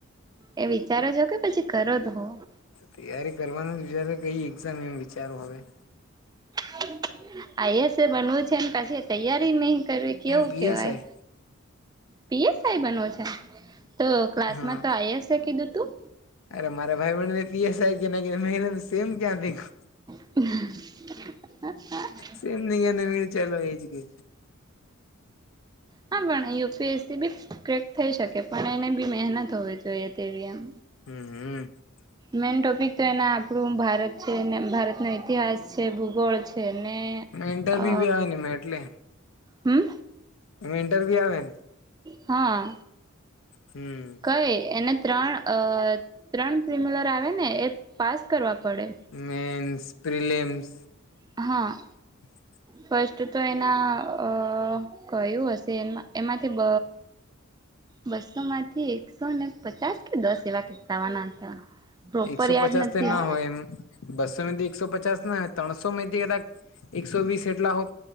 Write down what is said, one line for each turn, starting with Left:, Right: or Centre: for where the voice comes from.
Right: એ વિચારો છો કે પછી કરો તો હો?
Left: તૈયારી કરવાનું જ વિચ કઈ એક્ઝામ એમ વિચારો હવે.
Right: <inaudible> આઈ સે બનવું છે ને પછી તૈયારી નહી કરવી કેવું
Left: પીએસઆઈ
Right: કેવાય પીએસઈ બનોવ છે? તો ક્લાસમાં
Left: હા
Right: તો આઈ શે કીધું તું.
Left: અરે મારા ભાઈ બ ને પીએસાય કે ના કે મહેનત સેમ ક્યાં થઈુ.
Right: <inaudible> હા
Left: સેમ ન એને મ ચાલ એજ કે.
Right: હા પણ યુપીએસસી બી ક્રેક થઈ શકે પણ એને બી મહેનત હોવી જોઈએ તેવી એમ.
Left: હમ્મ હમ્મ.
Right: મેન ટોપિક તો એના આપણું ભારત છે ભારતનો ઈતિહાસ છે ભૂગોળ છે ને.
Left: ઈન્ટરવ્ય
Right: અ
Left: ભી આવે ને એટલે
Right: હમ
Left: એ ઈન્ટરવી્ય આવે?
Right: હા.
Left: હમ્મ.
Right: કઈ એને ત્રણ ત્રણ પ્રિમ્યુલર આવે ને એ પાસ કરવા પડે.
Left: મેન્સ પ્રલેમ્સ.
Right: હા.
Left: <inaudible>
Right: ફર્સ્ટ તો એના અ કયું હશે એ એમાંથી બ બસો માંથી એકસો ને પચાસ કે દસ એવા કતાવાના હતા. પ્રોપર
Left: એકસો
Right: યાદ
Left: પચાસ
Right: નથી
Left: ના હોય એમ. બસોમાંથી એકસો પચાસ ના ત્રણસો થી કા એકસો વીસ એટલા હો.